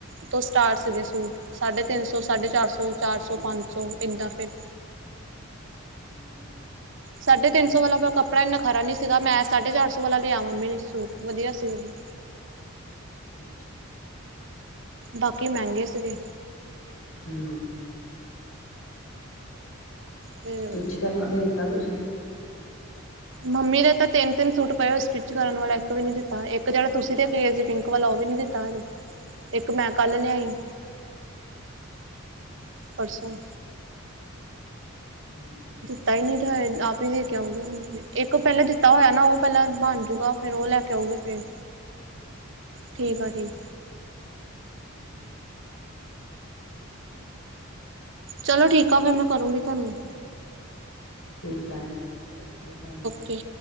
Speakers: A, on the right; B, on the left.
A: ਤੋਂ ਸਟਾਰਟ ਸੀਗੇ। ਸੂਟ- ਸਾਢੇ ਤਿੰਨ ਸੌ, ਸਾਢੇ ਚਾਰ ਸੌ, ਚਾਰ ਸੌ ਪੰਜ ਸੌ ਇੱਦਾਂ ਫਿਰ
B: ਹਮ।
A: ਸਾਢੇ ਤਿੰਨ ਸੌ ਵਾਲਾ ਪਰ ਕੱਪੜਾ ਇੰਨਾ ਖਰਾ ਨੀ ਸੀਗਾ। ਮੈਂ ਸਾਢੇ ਚਾਰ ਸੌ ਵਾਲਾ ਲਿਆ ਮੰਮੀ ਲੀ ਸੂਟ ਵਦੀਆ ਸੀ। ਉ ਵੀ
B: ਅੱਛਾ-ਅੱਛਾ।
A: ਬਾਕੀ ਮੈਂਗੇ ਸੀਗੇ।
B: ਹੂੰ
A: ਫਿਰ
B: ਸਟੀਚ ਕਰਨਾ ਦੇ ਤਾਂ ਤੁਸੀਂ?
A: ਮੰਮੀ ਦੇ ਤਾਂ ਤਿੰਨ-ਤਿੰਨ ਸੂਟ ਪਏ ਹੋ ਸਟਿੱਚ ਕਰਨ ਵਾਲਾ ਇੱਕ ਵੀ ਨੀ ਦਿੱਤਾ। ਏਕ ਜੇੜਾ ਤੁਸੀਂ ਦੇ ਕੇ ਗੇਸੀ ਪਿੰਕ ਵਾਲਾ ਉ ਵੀ ਨੀ ਦਿੱਤਾ। ਤਾਜੇ। ਇੱਕ ਮੈਂ ਕੱਲ ਲਿਆਈ।
B: ਅੱਛਾ
A: ਪਰਸੋਂ
B: ਹੂੰ
A: <unintelligible> ਆਪ ਈ ਦੇ ਕੇ ਆਉਗੇ ਹੁਣ ਇੱਕ ਪੈਲੇ ਦਿੱਤਾ ਹੋਇਆ ਨਾ ਉ ਪੈਲਾਂ ਬਣ ਜੂਗਾ ਫੇਰ ਉ ਲੈ ਕੇ ਆਊਗੇ ਫੇਰ ਠੀਕ ਆ ਠੀਕ
B: ਹ <unintelligible>
A: ਚਲੋ ਠੀਕ ਆ ਫੇਰ ਮੈਂ ਕਰੂੰਗੀ ਤਾਨੂੰ
B: ਠੀਕ ਏ ਓਕੇ ਬਾਏ।
A: ਕੇ